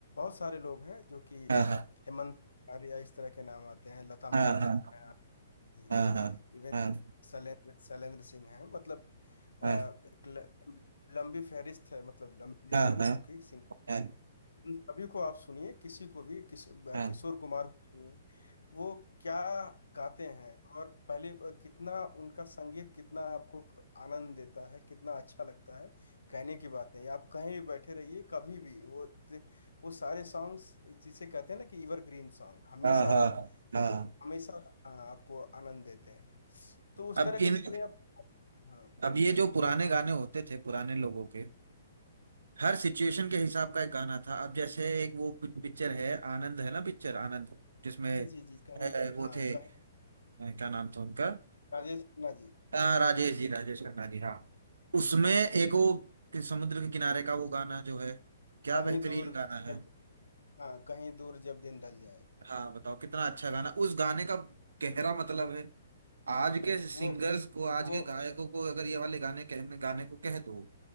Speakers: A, on the left; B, on the right.
A: सारे लोग हैं जो कि
B: हाँ
A: हेमंत आर्या इस तरह के नाम आते हैं लता मंगेशकर
B: हाँ हाँ
A: हैं आशा जी
B: हाँ
A: हैं
B: हाँ
A: इवन
B: हाँ
A: शैलेंद्र शैलेंद्र सिंह हैं मतलब अ,
B: हाँ
A: एक ल, लंबी फहरिस्त है मतलब लंबी लिस्ट
B: हाँ
A: है लोगों
B: हाँ
A: की
B: हाँ
A: उन सभी को आप सुनिए किसी को भी किस,
B: हाँ।
A: किशोर कुमार को सुनिए वो क्या गाते हैं और पहले कितना उनका संगीत कितना आपको आनंद देता है कितना अच्छा लगता है कहने की बात नहीं आप कहीं भी बैठे रहिए कभी भी वो वो सारे सॉन्ग्स जिसे कहते हैं ना कि एवरग्रीन सॉन्ग हमेशा
B: हाँ हाँ हाँ हाँ
A: हमेशा हाँ, आपको आनंद देते हैं तो उस
B: अब
A: तरह के
B: इन
A: गाने आप हाँ
B: अब ये जो पुराने गाने होते थे पुराने लोगों के हर सिचुएशन के हिसाब का एक गाना था अब जैसे एक वो पिक- पिक्चर है आनंद है ना पिक्चर आनंद जिसमें
A: जी जी जी कहीं
B: अ, वो
A: हाँ
B: थे
A: कहीं
B: अ, क्या नाम था उनका
A: राजेश खन्ना जी
B: हाँ राजेश जी राजेश खन्ना जी हाँ उसमें एक वो कि समुद्र के किनारे का वो गाना जो है क्या
A: कहीं
B: बेहतरीन
A: दूर
B: गाना
A: जब
B: है
A: हाँ कहीं दूर जब दिन ढल जाए
B: हाँ बताओ कितना अच्छा गाना उस गाने का गहरा मतलब है आज के सिंगर्स
A: वो
B: को आज
A: वो
B: के गायकों को अगर ये वाले गाने कहने गाने को कह दो